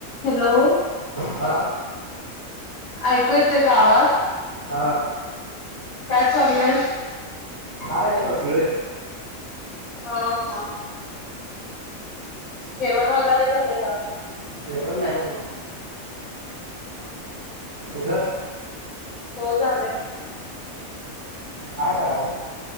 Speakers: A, on the left; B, on the right.
A: Hello
B: हा
A: ऐकू येतोय का आवाज
B: हा
A: काय चाललंय
B: काय नाही बसलेलो
A: ह हा जेवण वगैरे झाले का
B: तेवण नाही
A: ह
B: कसं
A: हो झाला
B: काय कराले